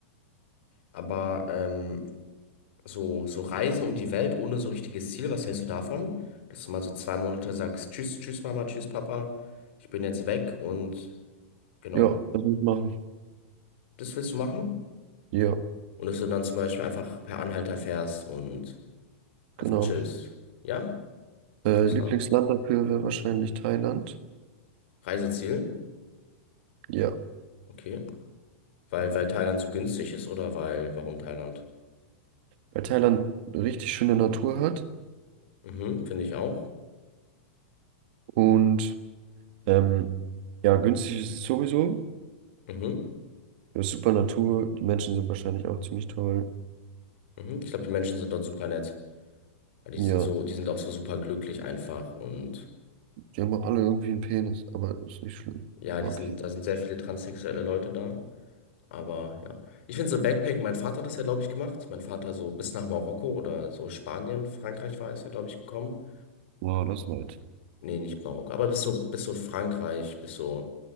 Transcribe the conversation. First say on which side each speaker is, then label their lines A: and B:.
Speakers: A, on the left (about 60°); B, on the right (about 45°).
A: Aber ähm, so, so Reisen um die Welt ohne so richtiges Ziel, was hältst du davon? Dass du mal so zwei Monate sagst, tschüss, tschüss Mama, tschüss Papa, ich bin jetzt weg und genau,
B: Ja, was muss ich machen?
A: das willst du machen?
B: Ja,
A: Und dass du dann zum Beispiel einfach per Anhalter fährst und einfach
B: genau.
A: chillst. Ja,
B: Äh,
A: interessant.
B: Lieblingsland dafür wäre wahrscheinlich Thailand.
A: Reiseziel,
B: Ja,
A: okay. Weil, weil Thailand so günstig ist oder weil, warum Thailand?
B: weil Thailand richtig schöne Natur hat
A: Mhm, finde ich auch.
B: und ähm, ja, günstig ist es sowieso.
A: Mhm,
B: Ja, super Natur. Die Menschen sind wahrscheinlich auch ziemlich toll.
A: mhm. Ich glaube, die Menschen sind dort super nett. Ja, Die
B: Ja,
A: sind so, die sind auch so super glücklich einfach und
B: die haben auch alle irgendwie einen Penis, aber ist nicht schlimm.
A: ja,
B: Mag
A: die sind,
B: ich.
A: da sind sehr viele transsexuelle Leute da. Aber ja, ich finde so Backpacking, mein Vater hat das ja, glaube ich, gemacht. Mein Vater so bis nach Marokko oder so Spanien, Frankreich war ist er, glaube ich, gekommen.
B: Wow, das war weit.
A: Nee, nicht Marokko, aber bis so, bis so Frankreich, bis so